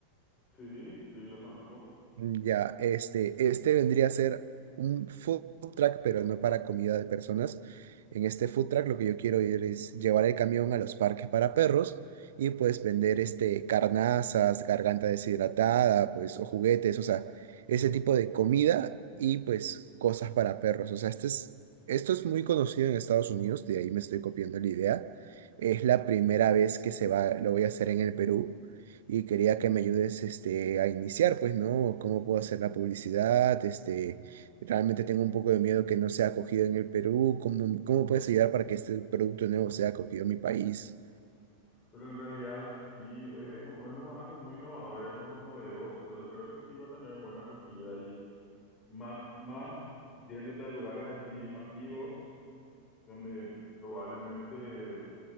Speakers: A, on the left; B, on the right.
A: Sí, sí, los conozco.
B: Ya, este, este vendría a ser un food truck, pero no para comida de personas. En este food truck lo que yo quiero ir es llevar el camión a los parques para perros y pues vender este carnazas, garganta deshidratada, pues o juguetes, o sea, ese tipo de comida y pues cosas para perros. O sea, este es, esto es muy conocido en Estados Unidos, de ahí me estoy copiando la idea. Es la primera vez que se va, lo voy a hacer en el Perú y quería que me ayudes este, a iniciar, pues, ¿no? ¿Cómo puedo hacer la publicidad? Este, realmente tengo un poco de miedo que no sea acogido en el Perú. ¿Cómo, cómo puedes ayudar para que este producto nuevo sea acogido en mi país?
A: Pero en realidad sí, eh, es, es un- algo muy innovador, es algo novedoso. Yo creo que sí va a tener buena acogida y más, más yéndote a lugares así masivos, donde probablemente